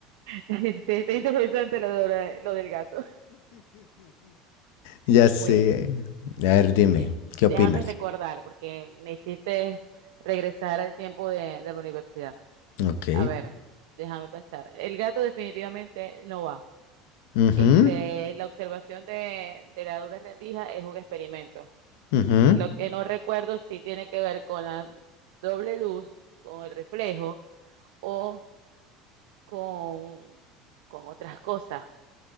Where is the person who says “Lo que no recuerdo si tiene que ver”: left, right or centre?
Right